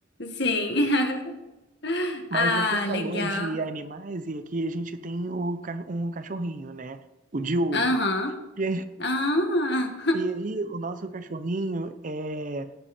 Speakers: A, on the left (about 60°); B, on the right (about 40°).
A: sim. <laughs>
B: Mas
A: Ah,
B: você falou
A: legal.
B: de animais e aqui a gente tem o ca- um cachorrinho, né? O Diogo.
A: Aham.
B: E
A: Ah,
B: E aí, o nosso cachorrinho, é,